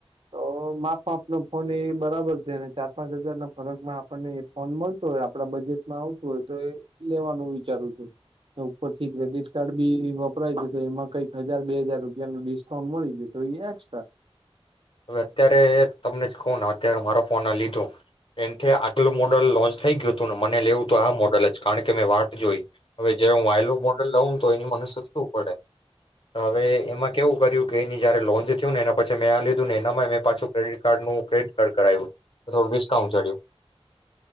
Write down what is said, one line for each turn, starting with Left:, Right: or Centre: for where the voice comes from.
Right: તો માપમાપનો ફોન એ બરાબર છે. ચાર પાંચ હજાર ના ફરકમાં આપ આપણને એ ફોન મળતો હોય આપણા બજેટમાં આવતું હોય તો એ લેવાનું વિચારૂ છુ. તો. ઉપર થી ક્રેડિટ કાર્ડ બી ઇ વપરાય છે તો એમાં કંઈક હજાર બે હજાર રૂપિયાનુ ડિસ્કાઉન્ટ મળી જાય તો એ એક્સ્ટ્રા.
Left: હવે અત્યારે તમને જ કહું ને અત્યારે મારો ફોન આ લીધો એનથી આગલું મોડલ લોન્ચ થઈ ગયું હતું ને મને લેવું તો આ મોડલ જ કારણ કે મેં વાટ જોઈ હવે જે હું આઈલુ મોડલ લઉં તો એ મને સસ્તું પડે હવે એમાં કેવું કર્યું કે એની જયારે લોન્ચ થયું ને એના પછી મેં લીધું ને અનામાય પાછું મેં ક્રેડિટ કાર્ડ નું ક્રેડિટ કાર્ડ કરાવ્યું તો થોડું ડિસ્કાઉન્ટ જડ્યું.